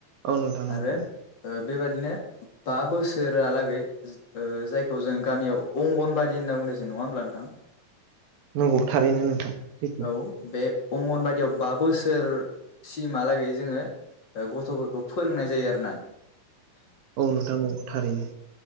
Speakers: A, on the right (about 85°); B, on the left (about 35°).
A: औ नोंथां नंगौ
B: आरो बेबादिनो बा बोसोर रालागै जायखौ जों गामियाव अंगन बादि होनना बुंनायसै नङा होमब्ला नोंथां
A: नंगौ थारैनो नोंथां सैथो
B: औ बे अंगनबादियाव बा बोसोरसिमहालागै जोङो गथ'फोरखौ फोरोंनाय जायो आरो ना।
A: औ नोंथांमोनखौ थारैनो